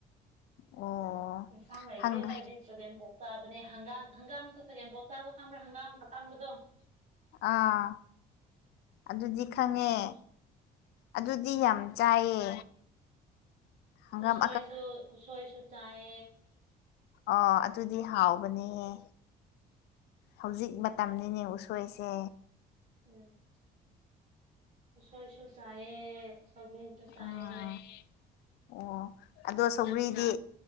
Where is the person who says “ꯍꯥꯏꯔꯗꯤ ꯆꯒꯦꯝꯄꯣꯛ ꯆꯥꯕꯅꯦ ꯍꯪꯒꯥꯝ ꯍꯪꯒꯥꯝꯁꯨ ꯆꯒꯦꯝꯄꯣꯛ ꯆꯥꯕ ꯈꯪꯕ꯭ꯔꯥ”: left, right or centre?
Right